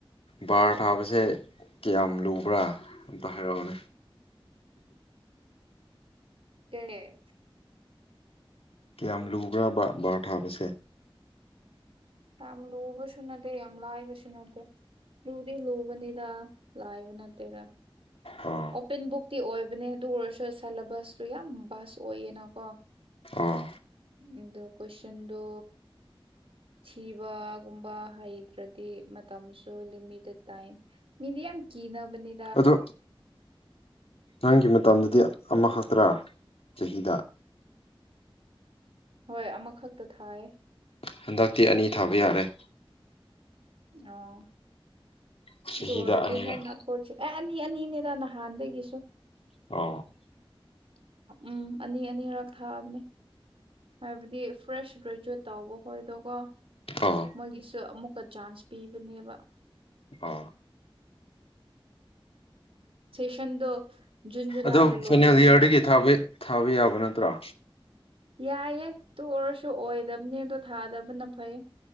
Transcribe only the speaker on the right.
ꯀꯅꯦ <unintelligible>
ꯌꯥꯝ ꯂꯨꯕꯁꯨꯅꯠꯇ‌ꯦ ꯌꯥꯝ ꯂꯥꯏꯕꯁꯨꯅꯠꯇ‌ꯦ ꯂꯨꯗꯤ ꯂꯨꯕꯅꯤꯗ ꯂꯥꯏꯕ ꯅꯠꯇꯦꯗ
ꯑꯣꯄꯟ ꯕꯨꯛꯇꯤ ꯑꯣꯏꯕꯅꯦ ꯑꯗꯨ ꯑꯣꯏꯔꯁꯨ ꯁꯦꯂꯦꯕꯁꯇꯨ ꯌꯥꯝ ꯚꯁ ꯑꯣꯏꯌꯦꯅꯀꯣ꯫
ꯑꯗꯣ ꯀ꯭ꯋꯁꯟꯗꯣ꯫ ꯊꯤꯕꯒꯨꯝꯕ ꯍꯩꯇ꯭ꯔꯗꯤ ꯃꯇꯝꯁꯨ ꯂꯤꯃꯤꯇꯦꯠ ꯇꯥꯏꯝ꯫ ꯃꯤꯗꯤ ꯌꯥꯝ ꯀꯤꯅꯕꯅꯦ꯫
ꯍꯣꯏ ꯑꯃꯈꯛꯇ ꯊꯥꯏ꯫
ꯑꯣ
ꯑꯗꯨꯑꯣꯢꯔꯗꯤ
ꯍꯦꯟꯅ꯫ ꯀꯣꯁꯤ ꯑꯦ ꯑꯅꯤ ꯑꯅꯤꯅꯦꯗ ꯅꯍꯥꯟꯗꯒꯤꯁꯨ꯫
ꯎ ꯎꯝ ꯑꯅꯤ ꯑꯅꯤꯔꯛ ꯊꯥꯕꯅꯦ꯫ ꯍꯥꯏꯕꯗꯤ ꯐ꯭ꯔꯦꯁ ꯒ꯭ꯔꯦꯖꯨꯋꯦꯠ ꯇꯧꯕ ꯍꯣꯏ ꯑꯗꯨꯒꯣ꯫
ꯃꯣꯏꯒꯤꯁꯨ ꯑꯃꯨꯛꯀ ꯆꯥꯟꯁ ꯄꯤꯕꯅꯦꯕ꯫
ꯁꯦꯁꯟꯗꯣ꯫ ꯖꯨꯟ ꯖꯨꯂꯥꯏꯗ
ꯂꯣꯏꯕꯅꯤꯅ
ꯌꯥꯏꯌꯦ ꯑꯗꯨ ꯑꯣꯏꯔꯁꯨ ꯑꯣꯏꯗꯕꯅꯦꯗꯣ ꯊꯥꯗꯕꯅ ꯐꯩ